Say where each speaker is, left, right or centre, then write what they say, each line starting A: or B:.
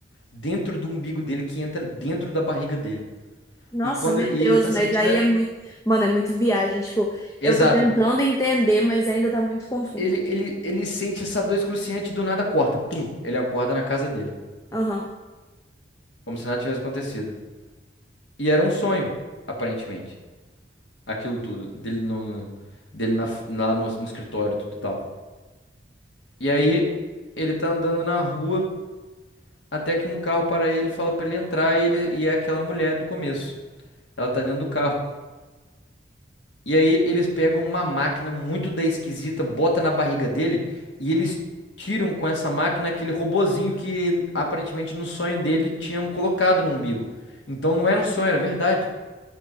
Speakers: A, on the left; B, on the left.
A: dentro do umbigo dele que entra dentro da barriga dele.
B: Nossa,
A: E quando
B: meu
A: e
B: Deus,
A: ele tá
B: mas
A: sentindo,
B: aí
A: a-
B: é muito. Mano, é muito viagem. Tipo,
A: exato.
B: eu tô tentando entender, mas ainda tá muito confuso.
A: Ele, ele, ele sente essa dor excruciante e do nada corta. Pum, ele acorda na casa dele,
B: Aham.
A: como se nada tivesse acontecido. E era um sonho, aparentemente. aquilo tudo, dele no, dele na, lá no, no escritório, e tudo tal. E aí ele tá andando na rua até que um carro para ele, e fala pra ele entrar e ele e é aquela mulher do começo. Ela tá dentro do carro. E aí eles pegam uma máquina muito da esquisita, bota na barriga dele e eles tiram com essa máquina aquele robozinho que aparentemente no sonho dele tinham colocado no umbigo. Então não era um sonho, era verdade.